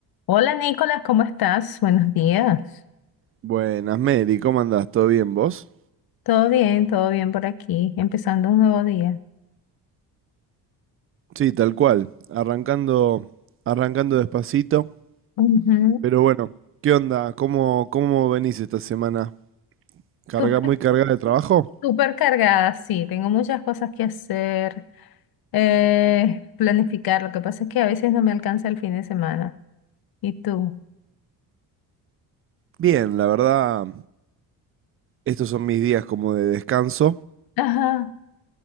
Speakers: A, on the left (about 65°); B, on the right (about 35°).
A: Hola Nicolás, ¿cómo estás? Buenos días.
B: Buenas, Mary, ¿cómo andás? ¿Todo bien vos?
A: Todo bien, todo bien por aquí, empezando un nuevo día.
B: Sí, tal cual. Arrancando, arrancando despacito.
A: Ujú.
B: Pero bueno, ¿qué onda? ¿Cómo, cómo venís esta semana? ¿Carga
A: Súper,
B: muy cargada de trabajo?
A: súper cargada, sí, tengo muchas cosas que hacer, eh, planificar. Lo que pasa es que a veces no me alcanza el fin de semana. ¿Y tú?
B: Bien, la verdad, estos son mis días como de descanso.
A: Ajá.